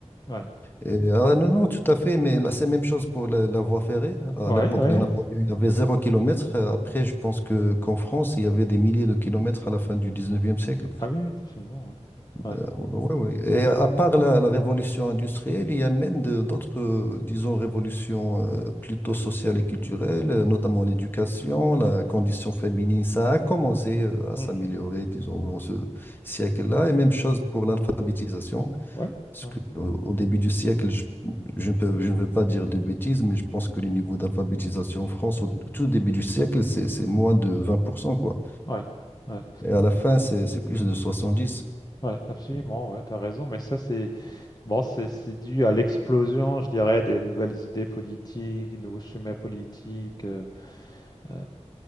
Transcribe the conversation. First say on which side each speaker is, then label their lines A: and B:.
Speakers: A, on the left; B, on the left.
A: Ouais.
B: Et, ah, non, non, tout à fait, mais là, c'est la même chose pour la, la voie ferrée. À
A: Ouais,
B: l'époque
A: ouais.
B: de Napoléon,
A: ouais.
B: il y avait zéro kilomètre. Euh, Après, je pense que qu'en France, il y avait des milliers de kilomètres à la fin du 19e siècle.
A: Ah oui, oui, absolument, ouais. Ouais.
B: Euh, ouais, ouais. Et à part la, la révolution industrielle, il y a même de- d'autres, euh, disons, révolutions euh, plutôt sociales et culturelles, euh, notamment
A: Ouais.
B: l'éducation, la condition féminine. Ça a commencé euh, à
A: Mhm.
B: s'améliorer, disons, dans ce siècle-là. Et même chose pour l'alphabétisation.
A: Ouais,
B: Parce
A: ouais,
B: qu'au début du siècle, je, je ne peux- je ne veux pas dire de bêtises, mais je pense que le niveau d'alphabétisation en France, au au tout début du siècle, c'est, c'est moins de 20% quoi.
A: ouais. Ouais,
B: Et à la fin, c'est, c'est plus de soixante dix
A: ouais, absolument, ouais, t'as raison, mais ça c'est bon, c'est c'est dû à l'explosion, je dirais, des nouvelles idées politiques, des nouveaux schémas politiques, euh, euh,